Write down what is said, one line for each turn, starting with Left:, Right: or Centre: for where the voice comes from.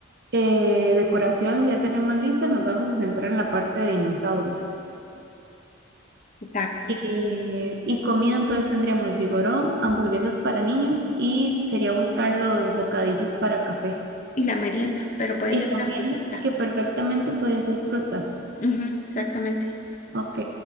Right: Eh, decoración ya tenemos lista, nos vamos a centrar en la parte de dinosaurios.
Left: exacto.
Right: Y, y comida, entonces tendríamos vigorón, hamburguesas para niños y sería buscar los bocadillos para café.
Left: Y la merienda, pero puede
Right: Y
Left: ser
Right: la
Left: una
Right: merienda,
Left: frutita.
Right: que perfectamente podría ser fruta.
Left: Ujú, exactamente.
Right: Ok,